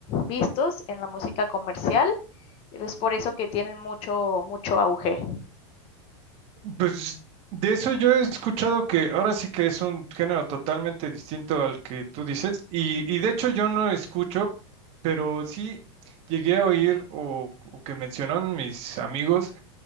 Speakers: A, on the left (about 35°); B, on the right (about 40°).
A: vistos en la música comercial. Es por eso que tienen mucho, mucho auge.
B: Pues de eso yo he escuchado que ahora sí que es un género totalmente distinto al que tú dices, y, y de hecho yo no escucho, pero sí llegué a oír o, o que mencionaron mis amigos